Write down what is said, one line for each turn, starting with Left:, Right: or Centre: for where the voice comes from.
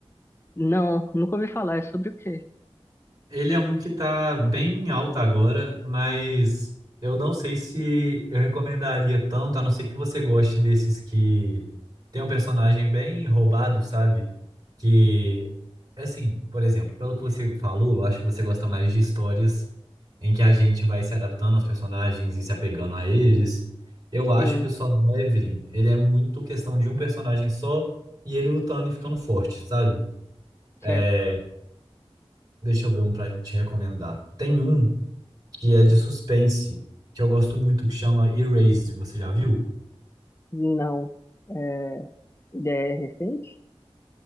Left: Não, nunca ouvi falar. É sobre o quê?
Right: Ele é um que tá bem em alta agora, mas eu não sei se eu recomendaria tanto, a não ser que você goste desses que tem um personagem bem roubado, sabe? Que, assim, por exemplo, pelo que você falou, eu acho que você gosta mais de histórias em que a gente vai se adaptando aos personagens e se apegando a eles. Eu acho
Left: Sim,
Right: que o Solo Leveling, ele é muito questão de um personagem só e ele lutando e ficando forte, sabe?
Left: certo.
Right: É, Deixa eu ver um pra te recomendar. Tem um que é de suspense, que eu gosto muito, que chama Erased. Você já viu?
Left: Não. É, ele é recente?